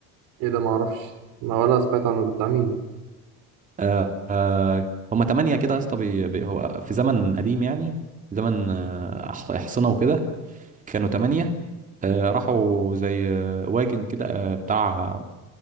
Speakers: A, on the right; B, on the right.
A: ايه ده ما اعرفش ما ولا سمعت عنه ده بتاع مين ده
B: آه آه هما تمانية كده يا اسطى بي... بي... هو في زمن قديم يعني زمن آه، أح- احصنة وكده كانوا تمانية آه راحوا زي آه، واجن كده آه، بتاع